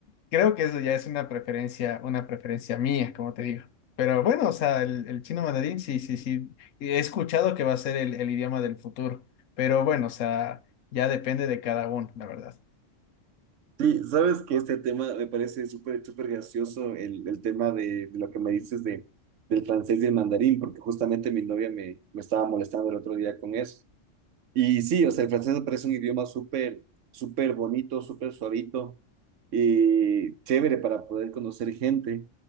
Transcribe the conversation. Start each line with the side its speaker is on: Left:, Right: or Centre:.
Left: creo que eso ya es una preferencia, una preferencia mía, como te digo. Pero bueno, o sea, el, el chino mandarín, sí, sí, sí. He escuchado que va a ser el, el idioma del futuro. Pero bueno, o sea, ya depende de cada uno, la verdad.
Right: Sí, sabes que este tema me parece súper, súper gracioso, el, el tema de, de lo que me dices de, del francés y el mandarín, porque justamente mi novia me, me estaba molestando el otro día con eso. Y sí, o sea, el francés me parece un idioma súper, súper bonito, súper suavito eh, chévere para poder conocer gente,